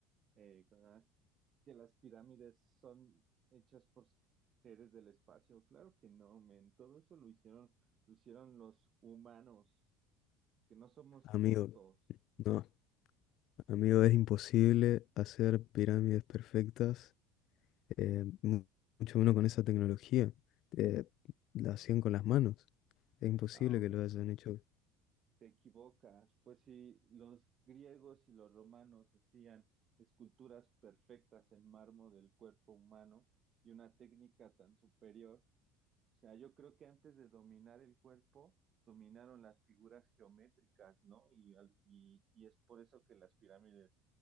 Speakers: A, on the right; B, on the left.
A: eh, que las que las pirámides son hechas por seres del espacio? Claro que no, men. Todo eso lo hicieron, lo hicieron los humanos, que no somos
B: amigo.
A: tontos.
B: No. Amigo, es imposible hacer pirámides perfectas, eh, mu- mucho menos con esa tecnología. Eh, la hacían con las manos. Es imposible
A: No, hombre,
B: que lo hayan hecho.
A: te equivocas. Pues si los griegos y los romanos hacían esculturas perfectas en mármol del cuerpo humano y una técnica tan superior, o sea, yo creo que antes de dominar el cuerpo, dominaron las figuras geométricas, ¿no? Y, al- y, y es por eso que las pirámides